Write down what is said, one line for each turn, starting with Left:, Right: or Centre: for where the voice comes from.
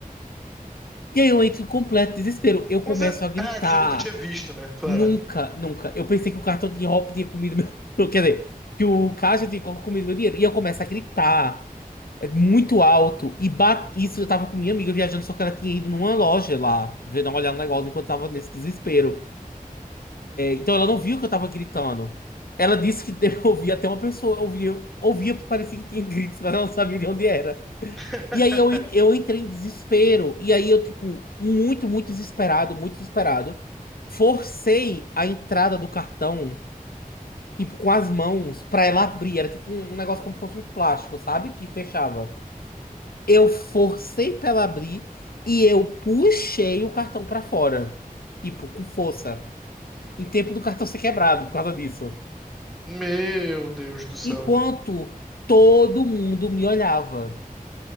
Left: E aí eu entro em completo desespero. Eu começo
Centre: Mas é.
Left: a gritar.
Centre: Ah, que você nunca tinha visto, né? Claro.
Left: Nunca, nunca. Eu pensei que o cartão tinha, roubo- tinha comido meu. <laughs> Quer dizer, que o caixa tinha co- comido meu dinheiro. E eu começo a gritar é, muito alto. E ba- isso eu tava com minha amiga viajando, só que ela tinha ido numa loja lá, ver dar uma olhada no negócio enquanto eu tava nesse desespero. Então ela não viu que eu tava gritando. Ela disse que <laughs> eu ouvia até uma pessoa, ouvia, ouvia, porque parecia que tinha gritos, mas ela não sabia de onde era.
Centre: <laughs>
Left: E aí eu, en- eu entrei em desespero. E aí eu, tipo, muito, muito desesperado, muito desesperado, forcei a entrada do cartão, tipo, com as mãos, pra ela abrir. Era tipo um um negócio como se fosse um plástico, sabe? Que fechava. Eu forcei pra ela abrir e eu puxei o cartão pra fora, tipo, com força. Em tempo do cartão ser quebrado por causa disso.
Centre: Meu Deus do céu.
Left: Enquanto todo mundo me olhava.